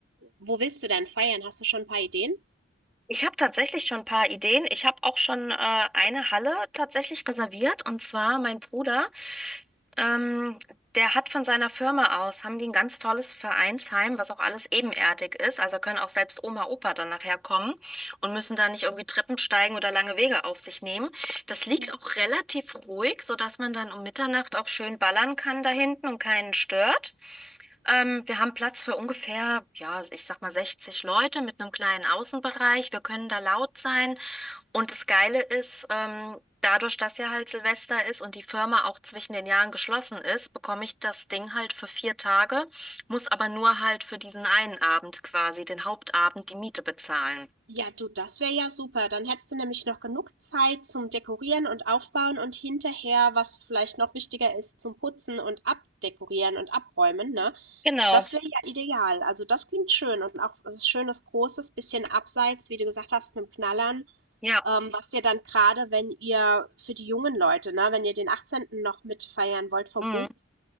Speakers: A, on the right; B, in the centre.
A: wo willst du denn feiern? Hast du schon ein paar Ideen?
B: Ich habe tatsächlich schon ein paar Ideen. Ich habe auch schon äh, eine Halle tatsächlich reserviert. Und zwar mein Bruder, ähm, der hat von seiner Firma aus, haben die ein ganz tolles Vereinsheim, was auch alles ebenerdig ist. Also können auch selbst Oma, Opa dann nachher kommen und müssen da nicht irgendwie Treppen steigen oder lange Wege auf sich nehmen. Das liegt
A: Ja.
B: auch relativ ruhig, sodass man dann um Mitternacht auch schön ballern kann da hinten und keinen stört. Ähm, wir haben Platz für ungefähr, ja, ich sag mal 60 Leute mit einem kleinen Außenbereich. Wir können da laut sein. Und das Geile ist, ähm, dadurch, dass ja halt Silvester ist und die Firma auch zwischen den Jahren geschlossen ist, bekomme ich das Ding halt für vier Tage, muss aber nur halt für diesen einen Abend quasi, den Hauptabend, die Miete bezahlen.
A: Ja, du, das wäre ja super. Dann hättest du nämlich noch genug Zeit zum Dekorieren und Aufbauen und hinterher, was vielleicht noch wichtiger ist, zum Putzen und Abdekorieren und Abräumen, ne?
B: Genau,
A: Das wäre ja ideal. Also das klingt schön und auch was schönes Großes, bisschen abseits, wie du gesagt hast, mit dem Knallern.
B: ja.
A: Ähm, was ihr dann gerade, wenn ihr für die jungen Leute, ne, wenn ihr den 18. noch mitfeiern wollt vom
B: Mhm.
A: Bub,